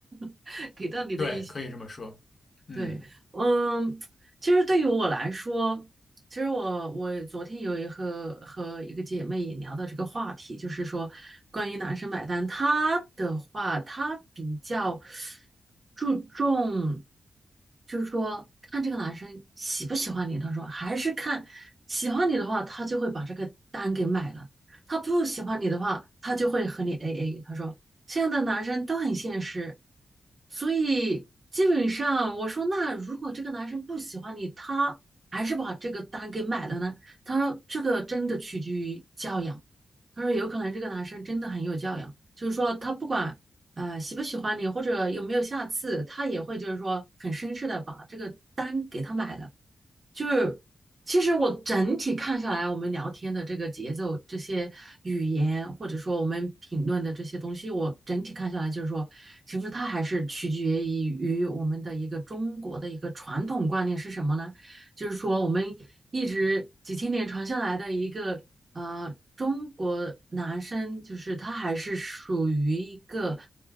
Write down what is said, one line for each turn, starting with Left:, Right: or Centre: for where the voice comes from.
Right: <laughs> 给到你的一些。
Left: 对，可以这么说。嗯。
Right: 对，嗯，其实对于我来说，其实我我昨天有一和和一个姐妹也聊到这个话题，就是说关于男生买单，他的话他比较注重，就是说看这个男生喜不喜欢你，他说还是看喜欢你的话，他就会把这个单给买了。他不喜欢你的话，他就会和你 AA。他说现在的男生都很现实，所以基本上我说那如果这个男生不喜欢你，他还是把这个单给买了呢？他说这个真的取决于教养。他说有可能这个男生真的很有教养，就是说他不管呃喜不喜欢你或者有没有下次，他也会就是说很绅士的把这个单给他买了。就是其实我整体看下来，我们聊天的这个节奏、这些语言，或者说我们评论的这些东西，我整体看下来就是说，其实它还是取决于我们的一个中国的一个传统观念是什么呢？就是说我们一直几千年传下来的一个呃。中国男生就是他还是属于一个